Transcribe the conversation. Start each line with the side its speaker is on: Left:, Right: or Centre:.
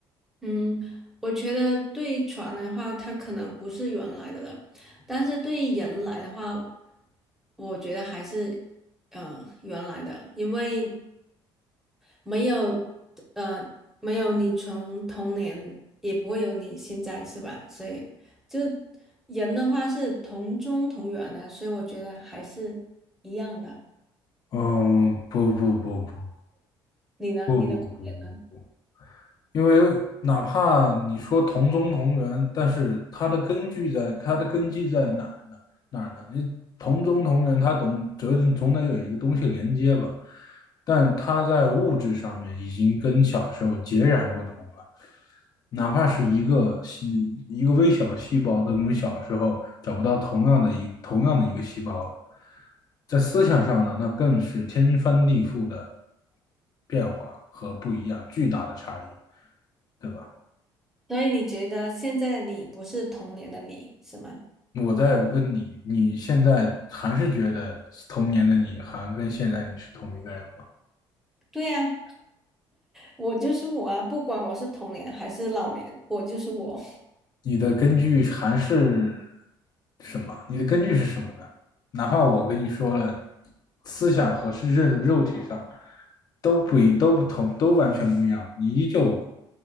Centre: 嗯，我觉得对船来的话，它可能不是原来的了，但是对于人来的话，我觉得还是嗯、呃原来的，因为没有呃没有你从童年，也不会有你现在是吧？所以就人的话是同宗同源的，所以我觉得还是一样的。
Left: 嗯，不不不不
Centre: 你呢？
Left: 不不不不，
Centre: 你的观点呢？
Left: 因为哪怕你说同宗同源，但是它的根据在它的根基在哪儿呢？哪儿呢？你同宗同源，它总总总得有一个东西连接吧？但它在物质上面已经跟小时候截然不同了。哪怕是一个细一个微小的细胞，都跟小时候找不到同样的一同样的一个细胞了。在思想上呢，那更是天翻地覆的变化和不一样，巨大的差异，对吧？
Centre: 所以你觉得现在的你不是童年的你，是吗？
Left: 我在问你，你现在还是觉得童年的你还跟现在你是同一个人吗？
Centre: 对呀、我就是我啊，不管我是童年还是老年，我就是我。<laughs>
Left: 你的根据还是什么？你的根据是什么呢？哪怕我跟你说了，思想和是肉肉体上都不一都不同，都完全不一样，你依旧